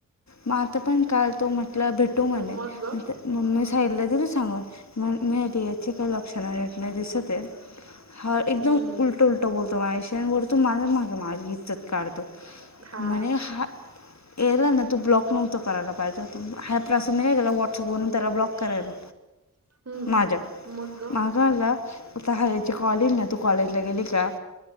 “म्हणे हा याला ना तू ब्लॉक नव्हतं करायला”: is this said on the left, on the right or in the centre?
Left